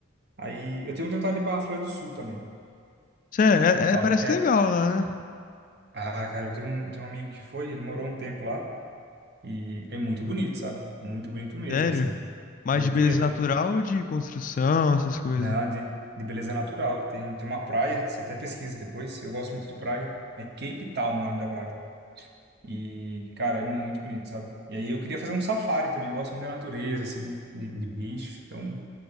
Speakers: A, on the right; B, on the left.
A: Aí eu tenho tentado ir para a África do Sul também.
B: Sério, é,
A: Falam
B: é- parece
A: que é.
B: legal lá, né?
A: Ah, cara, eu tenho um, eu tenho um amigo que foi, ele morou um tempo lá e é muito bonito, sabe? Muito bonito mesmo,
B: Sério.
A: assim.
B: Mais
A: Daí
B: de
A: eu
B: beleza
A: queria, tipo,
B: natural ou de construção, essas coisas?
A: não, de, de beleza natural. Tem, tem uma praia, você até pesquisa depois, eu gosto muito de praia. É Cape Town o nome da praia. E, cara, é muito bonito, sabe? E aí eu queria fazer um safari também, eu gosto muito da natureza, assim, de, de bicho. Então,